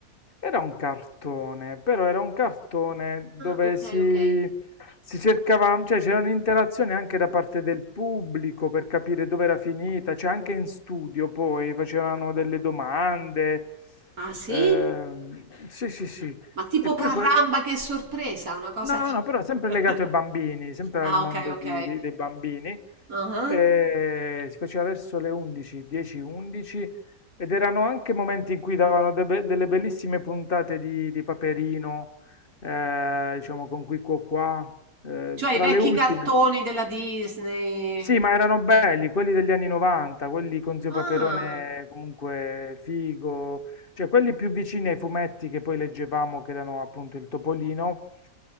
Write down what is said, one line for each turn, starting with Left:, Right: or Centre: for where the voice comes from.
Left: Era un cartone, però era un cartone dove
Right: ok,
Left: si,
Right: ok.
Left: si cercava, cioè c'era un'interazione anche da parte del pubblico per capire dove era finita, cioè anche in studio poi facevano delle domande.
Right: Ah, sì?
Left: ehm, sì, sì, sì.
Right: Ma tipo
Left: E poi
Right: caramba,
Left: quel...
Right: che sorpresa, una cosa
Left: No,
Right: tipo...
Left: no, però sempre
Right: <laughs>
Left: legato ai bambini, sempre al
Right: Ah,
Left: mondo
Right: ok, ok.
Left: di- di- dei bambini.
Right: Ah,
Left: Eh, si faceva verso le 11, 10, 11 ed erano anche momenti in cui davano de- be- delle bellissime puntate di, di Paperino, eh, diciamo con Qui Quo Qua, eh,
Right: Cioè
Left: tra
Right: i vecchi
Left: le ultime.
Right: cartoni della Disney.
Left: Sì, ma erano belli, quelli degli anni 90, quelli con Zio
Right: Ah,
Left: Paperone comunque figo, cioè quelli più vicini ai fumetti che poi leggevamo, che erano appunto il Topolino.